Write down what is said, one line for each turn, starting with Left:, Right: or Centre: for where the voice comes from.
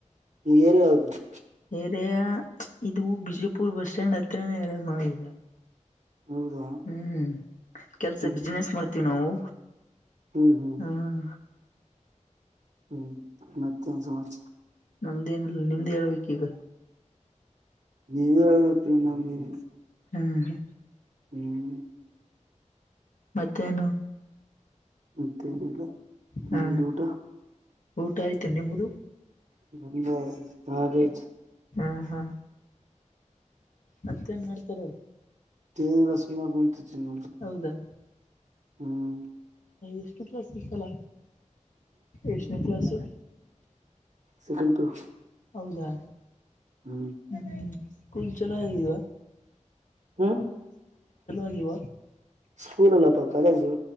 Right: ಈಗ ಏನ್ ಹಾವದುರಿ
Left: ಏರಿಯಾ ಇದು ಬಿಜಪುರ್ ಬಸ್ ಸ್ಟ್ಯಾಂಡ್ ಹತ್ರನೇ ಇರದೆ ನಾವು ಈಗ
Right: ಹೌದಾ
Left: ಹ್ಮ್ ಕೆಲ್ಸ
Right: ಹ್ಮ್
Left: ಬಿಸ್ನೆಸ್ ಮಾಡ್ತ ತಿ ನವು
Right: ಹ್ಮ್ ಹ್ಮ್
Left: ಹ್ಮ
Right: ಹ್ಮ್ ಮತ್ಯನ್ ಸಮಚ
Left: ನಮ್ದೇನ್ ನಿಮ್ದ್ ಹೇಳ್ಬೇಕು ಈಗ
Right: ನೀವ ಹೇಳ್ಬೇಕು ನಮ್ದ್ ಎನ್ ಇಲ್ಲಾ
Left: ಹ್ಮ ಹಾ
Right: ಹ್ಮ್
Left: ಮತ್ತೇನು
Right: ಮತ್ತೇನಿಲ್ಲ ನಿಮ್ದು
Left: ಹಾ
Right: ಊಟ
Left: ಊಟ ಆಯ್ತು ನಿಮದು
Right: ಹಂದ ಹಾಗಾದೇ
Left: ಹ್ಮ ಹಾ ಮತ್ತೇನ್ ಮಾಡ್ತಾರ
Right: ೇನ ರಸಮ ಉಂಟತ್ಿ ನೋ
Left: ಹೌದಾ
Right: ಹ್ಮ್
Left: ಎಷ್ಟು ಕ್ಲಾಸ್ ಸಿಲ್ಲ ಎಷ್ಟನೇ ಕ್ಲಾಸು
Right: ಸೆಕೆಂಡ್ ಪಿ ಯು
Left: ಹೌದಾ
Right: ಹ್ಮ್
Left: ಹ್ಮ ಸ್ಕೂ ಚಲಾಗ ಇಾ
Right: ಹ್ಮ ಹ್ಮ್
Left: ಆಗಿಲ್ವಾ
Right: ಸ್ಕೂಲ್ ಅಲ್ಲಪ ಕಾಲೇಜು